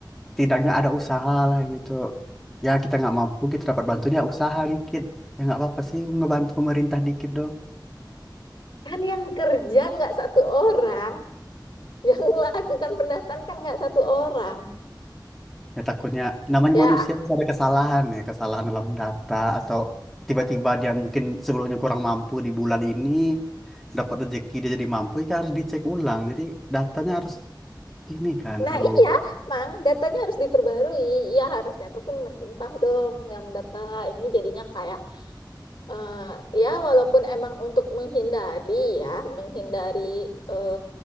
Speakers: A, in the centre; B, on the left.
A: tidaknya ada usaha lah gitu. Ya kita nggak mampu, kita dapat bantunya usaha dikit. Ya nggak apa-apa sih, ngebantu pemerintah dikit dong.
B: Kan yang kerja nggak satu orang. yang melakukan pendataan kan nggak satu orang
A: Ya takutnya namanya
B: ya
A: manusia
B: ak-
A: pasti ada kesalahan ya, kesalahan dalam data atau tiba-tiba dia mungkin sebelumnya kurang mampu di bulan ini dapat rezeki dia jadi mampu, ya kan harus dicek ulang. Jadi datanya harus ini kan
B: nah
A: harus
B: iya emang datanya harus diperbarui ya harusnya tuh pemerintah dong yang mendata ini jadinya kayak eh, ya walaupun emang untuk menghindari ya menghindari eh,